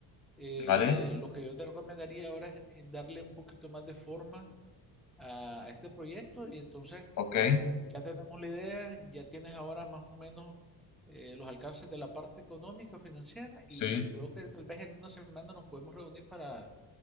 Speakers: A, in the centre; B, on the left (about 45°).
A: Eh,
B: Vale,
A: lo que yo te recomendaría ahora es eh, darle un poquito más de forma a, a este proyecto y entonces
B: ok.
A: ya tenemos la idea, ya tienes ahora más o menos eh, los alcances de la parte económica, financiera y
B: Sí,
A: creo que tal vez en una semana nos podemos reunir para